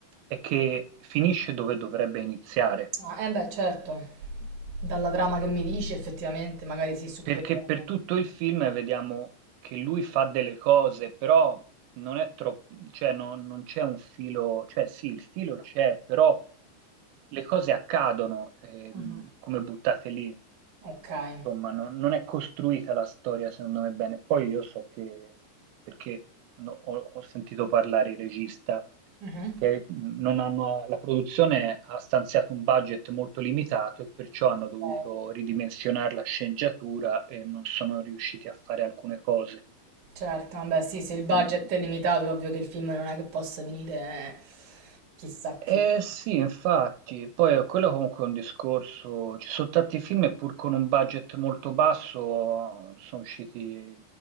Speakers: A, on the right; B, on the right.
A: è che finisce dove dovrebbe iniziare,
B: Ah, eh beh, certo. Dalla trama che mi dici effettivamente magari sì, su
A: perché
B: quello
A: per tutto il film vediamo che lui fa delle cose, però non è troppo, cioè non, non c'è un filo, cioè sì, il filo c'è, però le cose accadono ehm,
B: mh-mh.
A: come buttate lì.
B: Okay.
A: Insomma, non, non è costruita la storia, secondo me, bene. Poi io so che, perché no, ho, ho sentito parlare il regista,
B: Mh-mh.
A: che mhmm, non hanno, la produzione ha stanziato un budget molto limitato e perciò hanno
B: Okay,
A: dovuto ridimensionare la sceneggiatura e non sono riusciti a fare alcune cose.
B: certo. Vabbè sì, se il budget
A: Mm,
B: è limitato è ovvio che il film non è che possa venire eh, chissà che.
A: Eh sì, infatti, poi quello comunque è un discorso, ci sono tanti film e pur con un budget molto basso sono usciti